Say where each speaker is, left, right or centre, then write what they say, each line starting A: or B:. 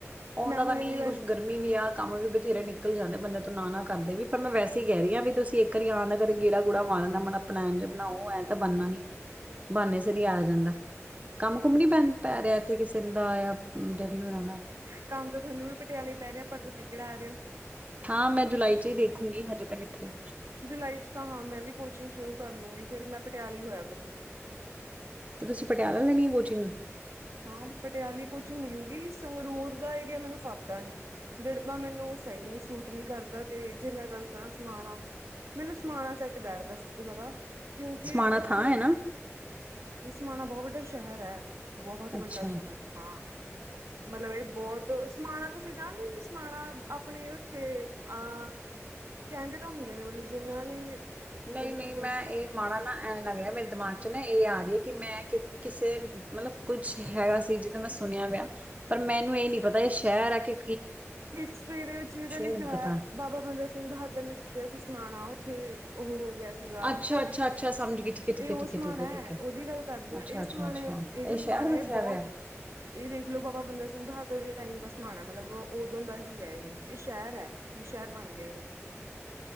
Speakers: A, on the right; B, on the right.
A: ਆਉਂਦਾ
B: ਮੈਂ ਹੁਣ
A: ਤਾਂ ਨਹੀਂ,
B: ਇੰਨੀ ਵਾਰ
A: ਕੁਛ ਗਰਮੀ ਵੀ ਆ, ਕੰਮ ਵੀ ਬਥੇਰੇ ਨਿਕਲ ਜਾਂਦੇ ਬੰਦੇ ਤੋਂ। ਨਾ-ਨਾ ਕਰਦੇ ਵੀ, ਪਰ ਮੈਂ ਵੈਸੇ ਹੀ ਕਹਿ ਰਹੀ ਵੀ ਤੁਸੀਂ ਇੱਕ ਆਰੀ ਆਉਣ ਦਾ ਕਦੇ ਗੇੜਾ ਗੂੜਾ ਮਾਰਨ ਦਾ ਮੜਾ ਪਲੈਨ ਜਾ ਬਣਾਓ। ਤਾਂ ਬੰਨਾ ਨਹੀਂ, ਬਹਾਨੇ ਸਿਰ ਹੀ ਆਯਾ ਜਾਂਦਾ ਏ। ਕੰਮ
B: ਠੀਕ
A: ਕੁੁੰਮ ਨੀ ਪੈਦ
B: ਹੈ
A: ਪੈ ਰਿਹਾ ਇੱਥੇ ਕਿਸੇ ਦਾ, ਜਾਂ ਡੈਡੀ ਹੋਰਾਂ ਦਾ?
B: ਕੰਮ ਤਾਂ ਤੁਹਾਨੂੰ ਵੀ ਪਟਿਆਲੇ ਪੈ ਰਿਹਾ, ਪਰ ਤੁਸੀਂ ਕਿਹੜਾ ਆ ਰਹੇ ਹੋ।
A: ਹਾਂ ਮੈਂ ਜੁਲਾਈ ਚ ਹੀ ਦੇਖੂੰਗੀ, ਹਜੇ ਤੇ ਕਿੱਥੇ?
B: ਜੁਲਾਈ ਚ ਤਾਂ ਹਾਂ ਮੈਂ ਵੀ ਕੋਚਿੰਗ ਸ਼ੁਰੂ ਕਰ ਲੂੰਗੀ, ਫਿਰ ਮੈਂ ਪਟਿਆਲੀ ਹੋਇਆ ਕਰੂੰ।
A: ਤੇ ਤੁਸੀਂ ਪਟਿਆਲਾ ਲੈਣੀ ਹੈ ਕੋਚਿੰਗ?
B: ਹਾਂ ਪਟਿਆਲੇ ਹੀ ਕੋਚਿੰਗ ਮਿਲੂਗੀ, ਸੰਗਰੂਰ ਦਾ ਏਰੀਆ ਮੈਨੂੰ ਫਪਦਾ ਨਹੀਂ। ਡੜਬਾ ਮੈਨੂੰ ਸਹੀ ਨਹੀਂ ਸੂਟ ਨਹੀਂ ਕਰਦਾ, ਤੇ ਜੇ ਮੈਂ ਗੱਲ ਕਰਾਂ ਸਮਾਨ ਆ ਮੈਨੂੰ ਸਮਾਣਾਂ ਸੈੱਟ ਬੈਠਦਾ ਸਭ ਤੋਂ ਜ਼ਿਆਦਾ। ਕਿਉਂਕਿ
A: ਸਮਾਣਾ
B: ਉੱਥੇ,
A: ਥਾਂ ਹੈ ਨਾ
B: ਇਹ ਸਮਾਣਾਂ ਬਹੁਤ ਵੱਡਾ ਸ਼ਹਿਰ ਹੈ। ਬਹੁਤ ਵੱਡਾ
A: ਅੱਛਾ
B: ਸ਼ਹਿਰ, ਹਾਂ, ਮਤਲਬ ਇਹ ਬਹੁਤ ਸਮਾਨਾ ਤੁਸੀਂ ਜਾਨਦੇ ਨੀ ਸਮਾਨਾ, ਆਪਣੇ ਉੱਥੇ ਆ ਕੈਂਦੇ ਤਾਂ ਹੁੰਦੇ ਨੇ ਮਤਲਬ ਜਿਨ੍ਹਾਂ ਨੇ
A: ਨਈ
B: ਉਹ
A: ਨਈ
B: ਕੀ ਕਹਿੰਦੇ
A: ਮੈ ਇਹ ਮਾੜਾ ਨਾ ਐਂ ਲੱਗ ਰਿਆ ਮੇਰੇ ਦਿਮਾਗ ਨਾ ਇਹ ਆ ਰਹੀ ਏ ਕਿ ਮੈਂ, ਕਿਸੇ ਮਤਲਬ ਕੁੱਛ ਹੈਗਾ ਸੀ ਜਿਦਾਂ ਮੈਂ ਸੁਣਿਆ ਪਿਆ ਪਰ ਮੈਨੂੰ ਏ ਨੀ ਪਤਾ ਏ ਸ਼ਹਿਰ ਐ ਕੇ
B: ਹਿਸਟਰੀ ਦੇ ਵਿੱਚ ਵੀ ਤਾਂ ਲਿਖਿਆ
A: ਮੈਨੂੰ
B: ਹੋਇਆ
A: ਪਤਾ
B: ਬਾਬਾ ਬੰਦਾ ਸਿੰਘ ਬਹਾਦਰ ਨੇ ਜਿੱਤਿਆ ਸੀ ਸਮਾਣਾ ਉੱਥੇ ਉਹ ਹੋ ਗਿਆ ਸੀਗਾ,
A: ਅੱਛਾ ਅੱਛਾ ਅੱਛਾ ਸਮਝ ਗਈ ਠੀਕ ਹੈ ਠੀਕ
B: ਇਹ
A: ਹੈ
B: ਓ
A: ਠੀਕ
B: ਸਮਾਨ
A: ਹੈ ਠੀਕ ਹੈ
B: ਐ
A: ਠੀਕ ਹੈ
B: ਉਹਦੀ ਗੱਲ ਕਰਦੀ ਆ
A: ਅੱਛਾ
B: ਇਹ
A: ਅੱਛਾ
B: ਸਮਾਨ
A: ਅੱਛਾ
B: ਇਹੋ
A: ਸ਼ਹਿਰ
B: ਸਮਾਨ ਹੈ
A: ਬਸਿਆ
B: ਇਹ ਬਹੁਤ,
A: ਹੋਇਆ
B: ਇਹ ਦੇਖਲੋ ਬਾਬਾ ਬੰਦਾ ਸਿੰਘ ਬਹਾਦਰ ਦੇ ਟਾਈਮ ਦਾ ਸਮਾਨ ਐ ਮਤਲਬ ਓ ਉਦੋਂ ਦਾ ਹੀ ਹੈ ਇਹ, ਇਹ ਸ਼ਹਿਰ ਹੈ। ਹੁਣ ਸ਼ਹਿਰ ਬਨ ਗਿਆ ਇਹ